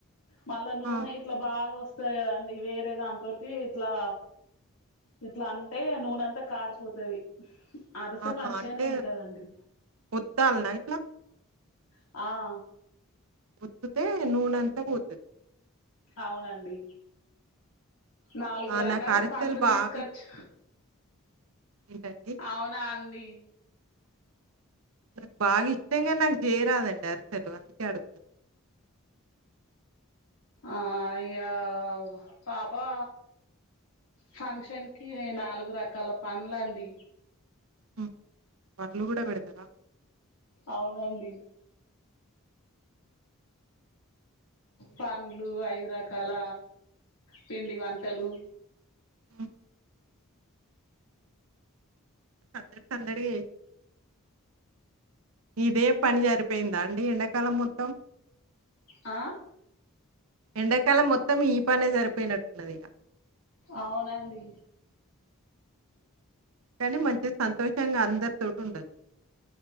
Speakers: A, on the left; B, on the right.
A: మళ్ళా నూనె
B: ఆ!
A: ఇట్ల బాగ ఓస్తే సరే అండి వేరే దాన్తోటి ఇట్లా ఇట్లా అంటే నూనె అంతా కారిపోతది అరిసె
B: ఆహా
A: మంచిగానే
B: అంటే
A: ఉంటదండి
B: ఓత్తల్నా ఇట్లా
A: ఆ
B: ఓత్తుతే నూనంతా పో
A: అవ్నండి నాలుగు
B: ఆ!
A: రకాల
B: నాకు అరిసెలు
A: పనులు తీస్కోకొచ్చి
B: బాగా ఎంటండి
A: అవునా అండి
B: నాకు బాగిష్టంగని నాకు చేయరాదండి అరిసెలు అందుకే అడుగుతున్నా
A: ఆ ఇగ పాపా ఫంక్షన్కి నాలుగు రకాల పన్లండి
B: హ్మ్. వాళ్ళు గూడా పెడతారా?
A: ఔనండి పండ్లు ఐద్రకాల పిండి వంటలు
B: హ్ సందడి సందడే ఇదే పనిసరిపోయిందా అండి ఎండాకాలం మొత్తం
A: ఆ
B: ఎండాకాలం మొత్తం ఈ పనే సరిపోయ్నట్టున్నది ఇగ
A: అవునండి
B: కానీ మంచి సంతోషంగా అందరితోటి ఉండొచ్చు